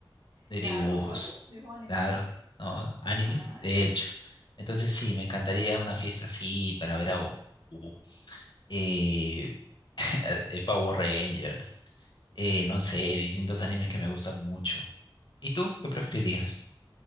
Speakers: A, on the left (about 60°); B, on the right (about 75°).
A: de
B: Claro,
A: dibujos.
B: por supuesto, dibujos animados.
A: Claro, ¿no? Animes,
B: Ah,
A: de hecho. Entonces sí, me encantaría una fiesta así para ver a Goku, eh, <laughs> eh, Power Rangers, Eh, no sé, distintos animes que me gustan mucho. ¿Y tú? ¿Qué preferirías?